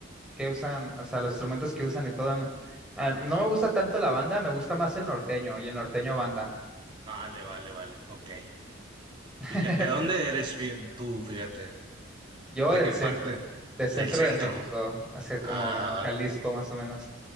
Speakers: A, in the centre; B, on the right (about 25°).
A: que usan, o sea, los instrumentos que usan y todo. Ah, No me gusta tanto la banda, me gusta más el norteño y el norteño banda.
B: Vale, vale, vale. Ok.
A: <laughs>
B: Fíjate, ¿de dónde eres fí- tú? Fíjate.
A: Yo
B: ¿De
A: del
B: qué
A: cen-
B: parte?
A: del centro
B: Del centro.
A: de México, hacia
B: Ah,
A: como
B: vale.
A: Jalisco más o menos,